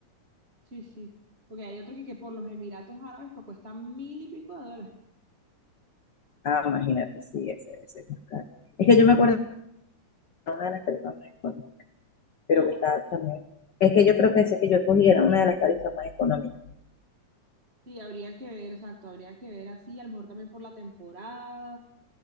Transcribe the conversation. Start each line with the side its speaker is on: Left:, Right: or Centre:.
Right: Sí, sí. Porque hay otro que, que por los Emiratos Árabes pero cuesta mil y pico de dólares.
Left: Ah, imagínate, sí, ese debe ser más caro. Es que yo me acuerdo que una de las tarifas más pero
Right: Ah,
Left: que está también. Es que yo creo que ese que yo cogí era una de las tarifas más económicas.
Right: sí, habría que ver, exacto, habría que ver así, a lo mejor también por la temporada,